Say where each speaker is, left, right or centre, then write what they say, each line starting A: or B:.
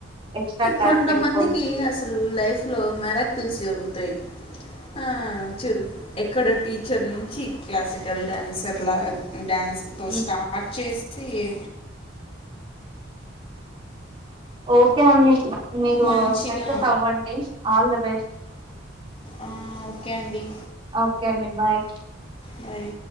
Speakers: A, on the right; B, on the left.
A: ఎక్స్ట్రా క్లాస్
B: కొంతమందికి
A: పెట్టుకోవచ్చు
B: అసలు లైఫ్ లో మెారక్కిల్స్ జరుగుతుంది ఆ చెడు ఎక్కడ టీచర్ నుంచి క్లాసికల్ డ్యాన్సర్లా డ్యాన్స్ తో
A: హ్మ్.
B: స్టార్ట్ చేసి సేయ్ ఏ
A: ఓకే అని మీరు
B: మంచిగా
A: సక్సెస్ అవ్వండి ఆల్ ద బెస్ట్
B: ఆ, ఓకే అండి
A: ఓకే అండి బాయ్
B: బాయ్